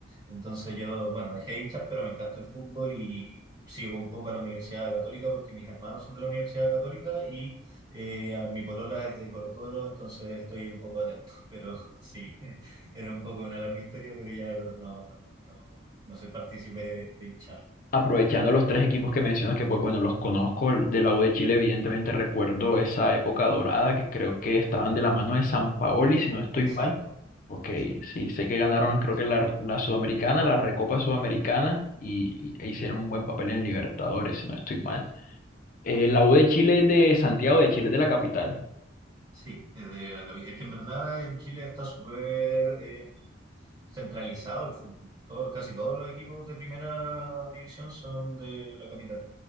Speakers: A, on the right; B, on the left.
A: Entonces yo, bueno, dejé de hinchar, pero me encanta el fútbol y sigo un poco a la Universidad Católica porque mis hermanos son de la Universidad Católica y eh, a- mi polola es de Colo-Colo, entonces estoy un poco atento. Pero sí, <laughs> era un poco una larga historia, pero ya no, no, no, no, no soy partícipe de, de hinchar.
B: Aprovechando los tres equipos que mencionas, que pues bueno, los conozco, el de la U de Chile, evidentemente recuerdo esa época dorada que creo que estaban de la mano de San Paoli, si no estoy
A: Exacto,
B: mal. Ok,
A: sí.
B: sí, sé que ganaron creo que la, la Sudamericana, la Recopa Sudamericana y, y- e hicieron un buen papel en Libertadores, si no estoy mal. Eh, la U de Chile es de Santiago de Chile, es de la capital.
A: Sí, es de la capital. Es que en verdad en Chile está súper eh, centralizado el fútbol. Todo- casi todos los equipos de primera división son de la capital.